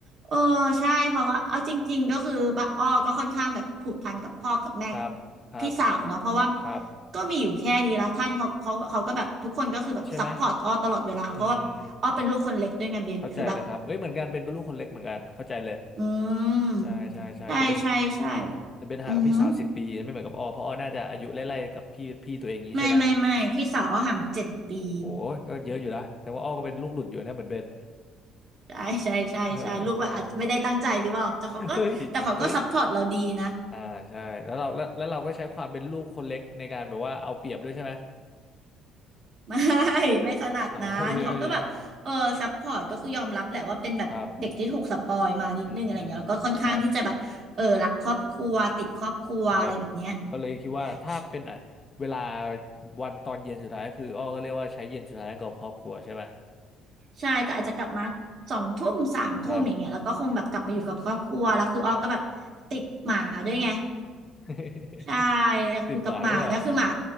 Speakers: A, on the right; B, on the left.
A: เออใช่เพราะว่าเอาจริงๆก็คือบะอ้อก็ค่อนข้างแบบผูกพันกับพ่อกับแม่กับ
B: ครับครับ
A: พี่สาวเนาะเพราะว่า
B: ครับ
A: ก็มีอยู่แค่นี้ละท่านเขาเขาเขาก็แบบทุกคนก็คือแบบซัพพอร์ตอ้อตลอดเวลาเพราะว่าอ้อเป็นลูกคนเล็กด้วยไงเบนคือแบบ
B: ใช่ไหมอืม เข้าใจเลยครับเอ้ยเหมือนกันเบนก็ลูกคนเล็กเหมือนกันเข้าใจเลย
A: อืม
B: ใช่ใช่ใช่แต่เบน
A: ใช่ใช่ใช่
B: แต่เบนห่างกับพี่สาวสิบปีไม่เหมือนกับอ้อเพราะอ้อน่าจะอายุไล่ๆกับพี่พี่ตัวเองงี้ใช่ไหม
A: อือหือไม่ไม่ไม่พี่สาวอ้อห่างเจ็ดปี
B: โหก็เยอะอยู่ละแต่ว่าอ้อก็เป็นลูกหลุดอยู่นะเหมือนเบน
A: ใช่ใช่ใช่ใช่ลูกแบบอาจจะไม่ได้ตั้งใจหรือเปล่าแต่เขาก็แต่เขาก็ซัพพอร์ตเราดีนะ
B: เออใช่ <laughs> เฮ้ยเฮ้ยอ่าใช่แล้วเราแล้วแล้วเราก็ใช้ความเป็นลูกคนเล็กในการแบบว่าเอาเปรียบด้วยใช่ไหม
A: ไม่ <laughs> ไม่ขนาดนั้นเขาก็แบบเออซัพพอร์ตก็คือยอมรับแหละว่าเป็นแบบเด็กที่ถูกสปอยมานิดนึงอะไรอย่างเงี้ยแล้วก็ค่อนข้างที่จะแบบเออรักครอบครัวติดครอบครัวอะไรแบบเนี้ย
B: เอา <laughs> เอ้ยครับอืมอืมครับ ครับก็เลยคิดว่าถ้าเป็นอ่ะเวลา
A: ใช
B: วันตอนเย็นสุดท้ายก็คืออ้อก็เรียกว่าใช้เย็นสุดท้ายกับครอบครัวใช่ไหม
A: ใช่ก็อาจจะกลับมาสองทุ่มสามทุ่มอย่างเงี้ยแล้วก็คงแบบกลับมาอยู่กับครอบครัวแล้วคืออ้อก็แบบติดหมาด้วยไง
B: ครับครับครับ <laughs>
A: ใช่อยากอยู่กับหมาก็คือหมา
B: ติดหมาด้วยเหรอ